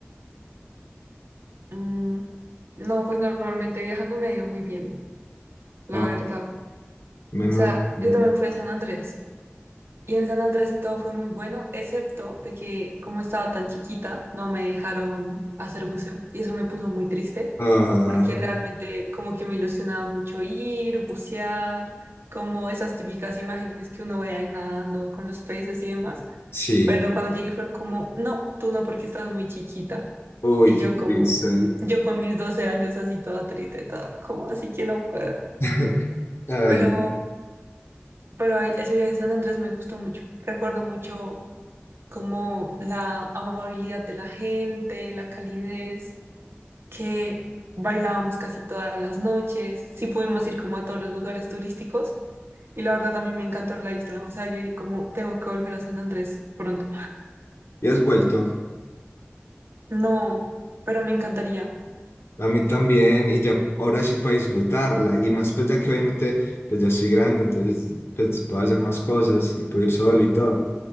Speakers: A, on the right; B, on the left.
A: Mm, no, pues normalmente viajando me ha ido muy bien, la
B: No,
A: verdad. O
B: menos
A: sea,
B: mal.
A: yo también fui a San Andrés. Y en San Andrés todo fue muy bueno, excepto de que como estaba tan chiquita, no me dejaron hacer buceo. Y eso me puso muy triste,
B: Ah,
A: porque realmente como que me ilusionaba mucho ir, bucear, como esas típicas imágenes que uno ve ahí nadando con los peces y demás.
B: sí.
A: Pero cuando llegué fueron como, no, tú no, porque estás muy chiquita.
B: Uy,
A: Y
B: qué
A: yo como,
B: triste.
A: yo con mis 12 años así toda triste, toda como así que no puedo.
B: <laughs> Ay,
A: Pero,
B: no.
A: pero ahí- ese día de San Andrés me gustó mucho. Recuerdo mucho como la amabilidad de la gente, la calidez, que bailábamos casi todas las noches, sí pudimos ir como a todos los lugares turísticos y la verdad a mí me encantó la isla, o sea, yo dije como tengo que volver a San Andrés pronto.
B: ¿y has vuelto?
A: No, pero me encantaría.
B: A mí también, y ya ahora sí para disfrutarla, y más pues ya que obviamente pues ya soy grande, entonces pues puedo hacer más cosas y puedo ir solo y todo,